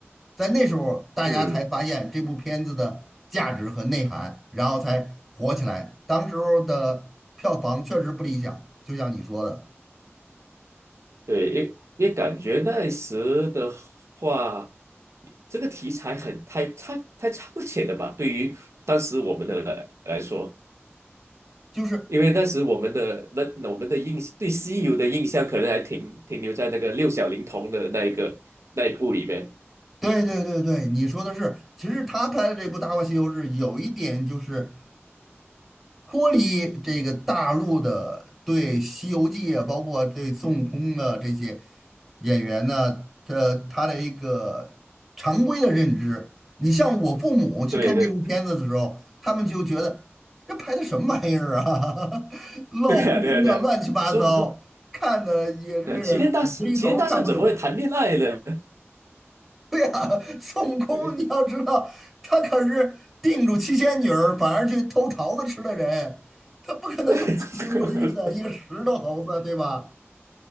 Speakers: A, in the centre; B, on the right (about 80°).
A: 在那时候，大家才发现这部片子的价值和内涵，
B: 嗯，
A: 然后才火起来。当时候的票房确实不理想，就像你说的，
B: 对，也也感觉那时的话，这个题材很太超太超前了吧？对于当时我们的来来说，
A: 就是
B: 因为那时我们的那那我们的印对西游的印象，可能还停停留在那个六小龄童的那一个那一部里面。
A: 对对对对，你说的是，其实他拍的这部《大话西游》是有一点就是脱离这个大陆的对《西游记》啊，包括对孙悟空的这些演员呢，他他的一个常规的认知。你像我父母去看这部片子的时候，
B: 对对
A: 他们就觉得这拍的什么玩意儿啊，<laughs>
B: <laughs>
A: 乱哄哄的，
B: 对呀、啊、对呀、啊、对呀、
A: 乱七八糟，
B: 啊，孙悟空，
A: 看的也是无厘头儿看不懂。
B: 呃，齐天大圣，齐天大圣怎么会谈恋爱呢？
A: <laughs> 对呀，孙悟空，
B: 对，
A: 你要知道，他可是定住七仙女儿，反而去偷桃子吃的人，他不可能有七情六欲的，
B: <laughs>
A: 一个石头猴子，对吧？